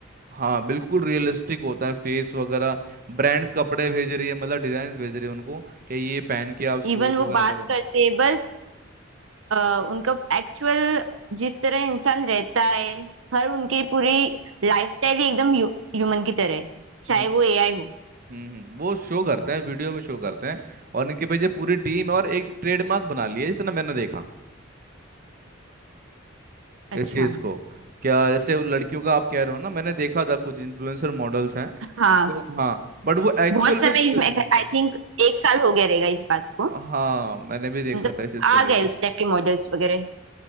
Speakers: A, on the right; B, on the right.
A: हाँ बिल्कुल रियलिस्टिक होता है फेस वगैरह ब्रांड्स कपड़े भेज रही है मतलब डिजाइन भेज रही है उनको कि ये पहन के आप शूट
B: इवन वो
A: वगैरह
B: बात
A: करो
B: करते हैं बस अ, उनका एक्चुअल जिस तरह इंसान रहता है हर उनकी पूरी लाइफस्टाइल ही एकदम ह्यूमन की तरह है चाहे
A: हम्म
B: वो एआई हो
A: हम्म हम्म, वो शो करते हैं वीडियो में शो करते हैं और इनके पीछे पूरी टीम और एक ट्रेडमार्क बना लिया है, जितना मैंने देखा
B: अच्छा
A: इस चीज को क्या जैसे वो लड़कियों का आप कह रहे हो ना मैंने देखा था कुछ इन्फ्लुएंसर मॉडल्स हैं
B: हाँ
A: जो हाँ बट वो एक्चुअल
B: बहुत समय
A: में वीडियो
B: इसमें आई
A: दिखा था
B: थिंक एक साल हो गया रहेगा इस बात को
A: हाँ मैंने भी देखा
B: मतलब
A: था इस चीज को
B: आ
A: लेके
B: गए उस टाइप के मॉडल्स वगैरह